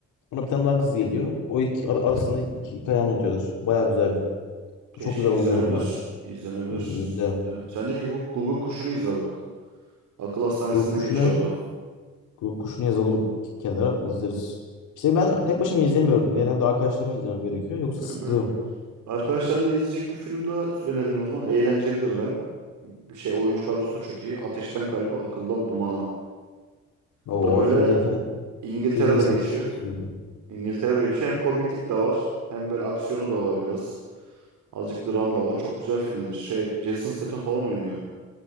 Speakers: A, on the left (about 80°); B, on the right (about 75°).
A: Ona bir tane daha kız geliyor. O iki ar- arasında iki hikaye anlatıyorlar. Bayağı güzel film.
B: Teşvik
A: Çok güzel
B: izlenebilir.
A: oynuyor bir daha.
B: İzlenebilir.
A: İnce, iyi güzel.
B: Ya, Sendeki Guguk, Google kuşunu izle bak. Akıl hastanesinde
A: Guguk Kuşu'nu
B: geçiyordu.
A: Guguk Kuşu'nu yazalım bir kenara izleriz. İşte
B: Sonra
A: ben tek başıma izlemiyorum. Genelde arkadaşlarımla izlemem gerekiyor. Yoksa
B: ha,
A: sıkılıyorum.
B: böyle arkadaşlarla izleyecek bir film daha önereyim o zaman. Eğlencelidir de. Şey oyuncu kadrosu da çok iyi. Ateşten Kalbe, Akıldan Dumana.
A: Oo
B: Bu da böyle
A: film zaten
B: İngiltere'de
A: filmin ismi
B: geçiyor.
A: sıkıcı gibi.
B: İngiltere'de geçiyor. Hem komiklik de var. Hem böyle aksiyonu da var biraz. Azıcık dram da var. Çok güzel filmdir. Şey Jason Statham falan oynuyor.